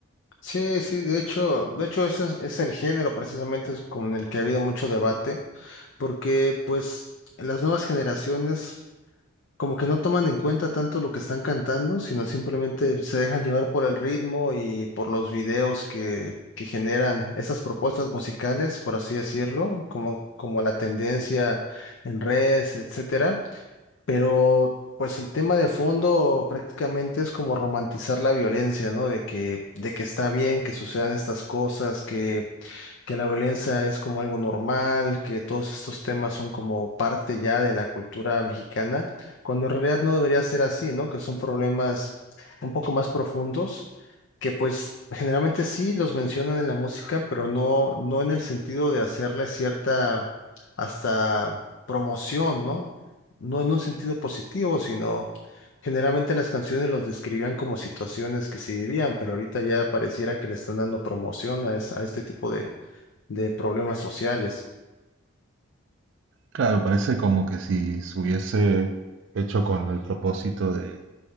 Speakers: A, on the left (about 55°); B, on the right (about 55°).
A: Sí, sí, de hecho, de hecho ese es, es el género precisamente es con el que ha habido mucho debate, porque pues las nuevas generaciones como que no toman en cuenta tanto lo que están cantando, sino simplemente se dejan llevar por el ritmo y por los videos que, que generan esas propuestas musicales, por así decirlo, como, como la tendencia en redes, etcétera. Pero pues el tema de fondo prácticamente es como romantizar la violencia, ¿no? De que, de que está bien que sucedan estas cosas, que, que la violencia es como algo normal, que todos estos temas son como parte ya de la cultura mexicana, cuando en realidad no debería ser así, ¿no? Que son problemas un poco más profundos, que pues generalmente sí los mencionan en la música, pero no, no en el sentido de hacerle cierta hasta promoción, ¿no? no en un sentido positivo, sino generalmente las canciones los describían como situaciones que se vivían, pero ahorita ya pareciera que le están dando promoción a, esa- a este tipo de, de problemas sociales.
B: Claro, parece como que si se hubiese hecho con el propósito de,